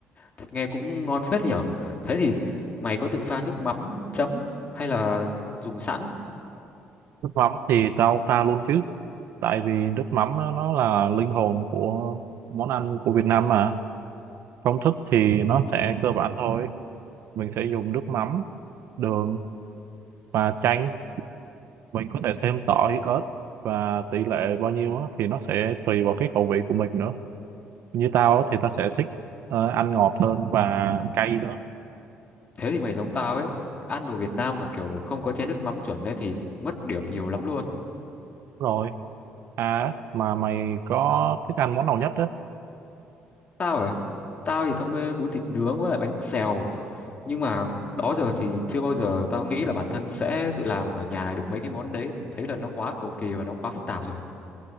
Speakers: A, on the left; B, on the right.
A: Thế nghe cũng ngon phết đấy nhở thế thì mày có tự pha nước mắm chấm hay là dùng sẵn
B: nước mắm thì tao pha luôn chứ tại vì nước mắm á, nó là linh hồn của món ăn của Việt Nam mà công thức thì nó sẽ cơ bản thôi mình sẽ dùng nước mắm đường và chanh mình có thể thêm tỏi ớt và tỷ lệ bao nhiêu á, thì nó sẽ tùy vào cái khẩu vị của mình nữa như tao á, thì tao sẽ thích ờ, ăn ngọt hơn và cay nữa
A: thế thì mày giống tao ấy ăn đồ Việt Nam mà kiểu không có chén nước mắm chuẩn ấy thì mất điểm nhiều lắm luôn
B: rồi à mà mày có thích ăn món nào nhất á
A: tao à tao thì tao mê bún thịt nướng với lại bánh xèo Nhưng mà đó giờ thì chưa bao giờ tao nghĩ là bản thân sẽ tự làm ở nhà được mấy cái món đấy. Thấy là nó quá cầu kỳ và nó quá phức tạp rồi.